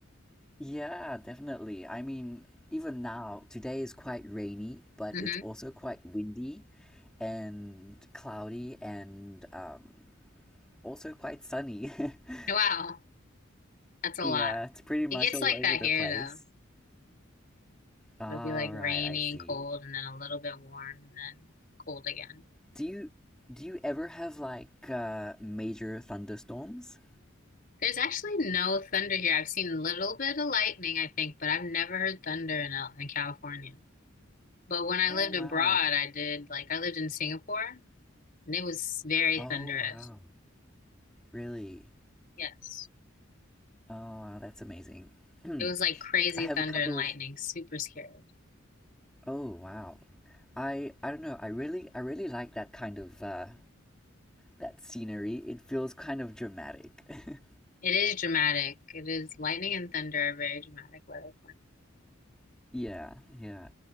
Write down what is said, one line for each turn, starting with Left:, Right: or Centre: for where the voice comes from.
Centre: Yeah, definitely. I mean, even now, today is quite rainy, but
Left: hmm
Centre: it's also quite windy and cloudy and um, also quite sunny. <laughs>
Left: Wow. That's a
Centre: Yeah,
Left: lot.
Centre: it's pretty much
Left: It gets
Centre: all
Left: like
Centre: over
Left: that
Centre: the
Left: here
Centre: place.
Left: though.
Centre: All
Left: It'll be like rainy
Centre: right, I see.
Left: and cold and then a little bit warm and then cold again.
Centre: Do you do you ever have like uh major thunderstorms?
Left: There's actually no thunder here. I've seen a little bit of lightning, I think, but I've never heard thunder in, Al- in California. But when I
Centre: Oh
Left: lived
Centre: wow.
Left: abroad, I did like I lived in Singapore and it was very
Centre: Oh
Left: thunderous.
Centre: wow. Really?
Left: Yes.
Centre: Oh wow, that's amazing. <clears throat> I
Left: It was like crazy
Centre: have
Left: thunder
Centre: a couple
Left: and lightning,
Centre: of
Left: super scary.
Centre: oh wow. I I don't know. I really I really like that kind of uh that scenery. It feels kind of dramatic. <laughs>
Left: It is dramatic. It is lightning and thunder are very dramatic weather points.
Centre: Yeah, yeah.